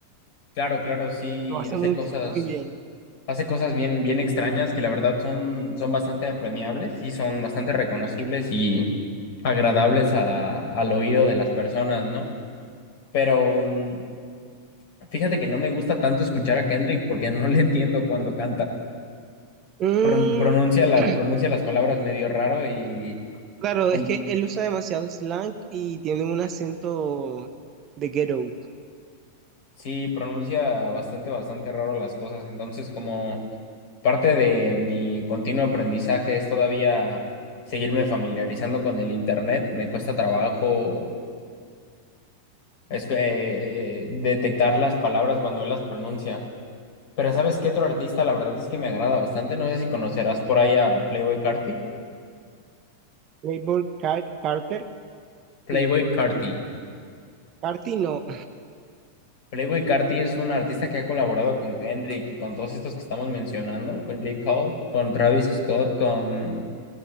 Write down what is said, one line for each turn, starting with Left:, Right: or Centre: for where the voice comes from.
Left: claro, claro, sí,
Right: Lo hace
Left: hace
Right: mucho,
Left: cosas,
Right: muy bien.
Left: hace cosas bien, bien extrañas que la verdad son, son bastante apremiables y son bastante reconocibles y agradables a- al oído de las personas, ¿no? Pero mm, fíjate que no me gusta tanto escuchar a Kendrick porque no le entiendo cuando canta.
Right: Mm,
Left: Pron- pronuncia las,
Right: <clears throat>
Left: pronuncia las palabras medio raro y
Right: claro,
Left: com-
Right: es que él usa demasiado slang y tiene un acento de ghetto.
Left: sí, pronuncia bastante, bastante raro las cosas. Entonces, como parte de mi continuo aprendizaje es todavía seguirme familiarizando con el internet. Me cuesta trabajo es que, eh, eh, detectar las palabras cuando él las pronuncia. Pero ¿sabes qué otro artista? La verdad es que me agrada bastante. No sé si conocerás por ahí a Playboy Carti.
Right: Playboy Car- Carter,
Left: Playboy
Right: sí,
Left: Carti.
Right: sí. Carti no.
Left: Playboi Carti es un artista que ha colaborado con Kendrick y con todos estos que estamos mencionando, con J. Cole, con Travis Scott, con